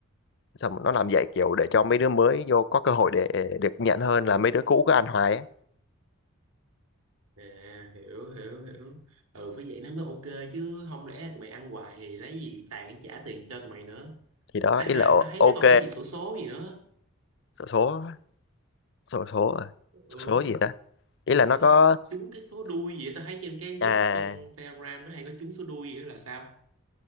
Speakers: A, on the left; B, on the right.
A: xong rồi nó làm vậy kiểu để cho mấy đứa mới vô có cơ hội để được nhận hơn là mấy đứa cũ cứ ăn hoài á
B: à hiểu hiểu hiểu ừ phải vậy nó mới ok chứ không lẽ là tụi mày ăn hoài thì lấy gì sàn để trả tiền cho tụi mày nữa
A: thì đó
B: thế
A: ý
B: mà
A: là
B: tao thấy
A: ok
B: nó còn cái gì xổ số gì nữa
A: số số số số à
B: ừ
A: số số
B: cái
A: gì ta ý là
B: gì mà
A: nó
B: tao
A: có
B: nói trúng cái số đuôi gì á, tao thấy trên cái group
A: à
B: trên Telegram nó hay có trúng số đuôi gì đó là sao